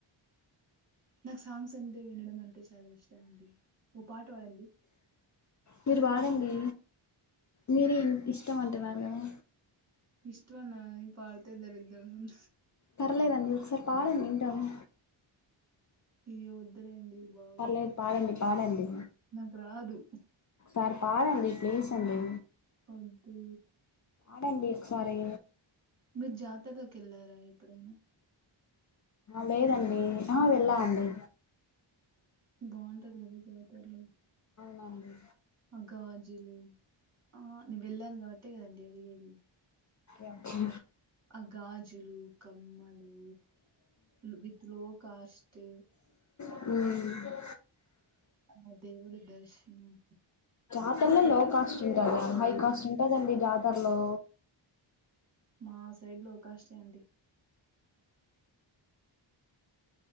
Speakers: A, on the right (about 30°); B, on the left (about 40°).
A: నాకు సాంగ్స్ అంటే వినడం అంటే చాలా ఇష్టం అండి ఓ పాట పాడండి
B: మీరు పాడండి మీరే ఇష్టంమంటున్నారు కదా
A: ఇష్టవా నా పాడితే దరిద్రంగా ఉం
B: పర్లేదండి ఒకసారి పాడండి వింటాను
A: ఇయ్యో వద్దులేండి బాగోదు.
B: పర్లేదు పాడండి పాడండి
A: నాకు రాదు.
B: మరి పాడండి ప్లీజ్ అండి
A: అదీ
B: ఆడండి సరే
A: మీరు జాతరలకేళ్ళారా ఎప్పుడైనా
B: లేదండి ఆ వెళ్ళామండి
A: బాగుంటది కదా జాతరలో
B: నండి
A: మగ్గవాజీలు ఆ నీ వెళ్ళాను కాబ ట్టేకదండి అడిగేది
B: ఓకే
A: అే గాజులు కమ్మలు విత్ లో కాస్ట్
B: హు
A: ఆ దేవుడు దర్శనం
B: అక్కన్నే లో కాస్ట్ కద
A: వాళ్ళు
B: హై కాస్ట్ ఉంటాదండి జా హలో
A: మా సైడ్ లో కాస్ట్ అండి